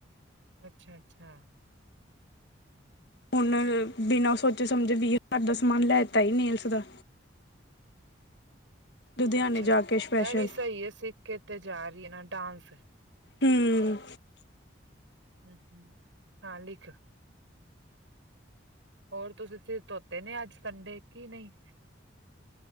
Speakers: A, on the right (about 75°); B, on the left (about 55°).
A: ਅੱਛਾ-ਅੱਛਾ
B: ਹੁਣ ਬਿਨਾਂ ਸੋਚੇ ਸਮਝੇ ਵੀਹ ਹਜ਼ਾਰ ਦਾ ਸਮਾਨ ਲੈ ਤ ਸੀ ਨੇਲਸ ਦਾ। ਲੁਧਿਆਣੇ
A: ਅੱਛਾ
B: ਜਾ
A: ਇਹ
B: ਕੇ ਸਪੈਸ਼ਲ
A: ਵੀ ਸਹੀ ਹੈ ਸਿੱਖ ਕੇ ਤੇ ਜਾ ਰਹੀ ਹੈ ਨਾ ਡਾਂਸ
B: ਹੂੰ ਹੂੰ
A: ਹੂੰ- ਹੂੰ ਹਾਂ ਲਿੱਖ ਹੋਰ ਤੁਸੀਂ ਸਿਰ ਧੋਤੇ ਨੇ ਅੱਜ ਸੰਡੇ ਕੀ ਨਹੀ